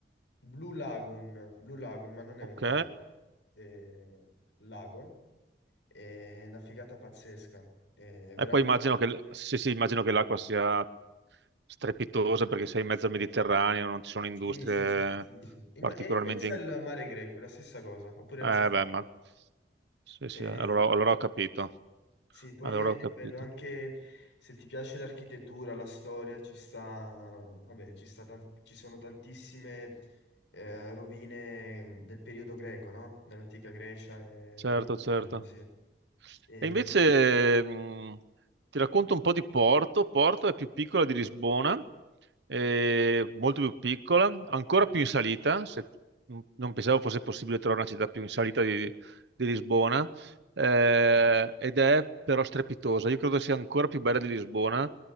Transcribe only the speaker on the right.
ok.
E
poi immagino che, l- sì, sì, immagino che l'acqua sia strepitosa perché sei in mezzo al Mediterraneo, non ci sono industrie
particolarmente...
in-
Eh,
beh, ma... Sì, sì,
allora allora ho capito,
allora
ho
capito.
Certo,
certo.
E invece mh, ti racconto un po' di Porto. Porto è più piccola di Lisbona, eh, molto più piccola, ancora più in salita. se- mh, non pensavo fosse possibile trovare una città più in salita di, di Lisbona, eh, ed è però strepitosa. Io credo sia ancora più bella di Lisbona.